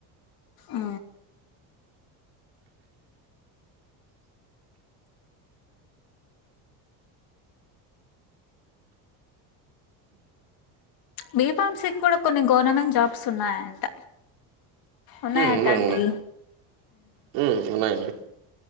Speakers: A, on the left (about 55°); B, on the right (about 75°).
A: అ బిఫామ్సీ కూడా కొన్ని గవర్నమెంట్ జాబ్స్ ఉన్నాయంట ఉన్నయ్
B: హ్మ్
A: అంట
B: ఉన్నాయి
A: అండి
B: ఉన్నాయి హ్మ్ ఉన్నాయండి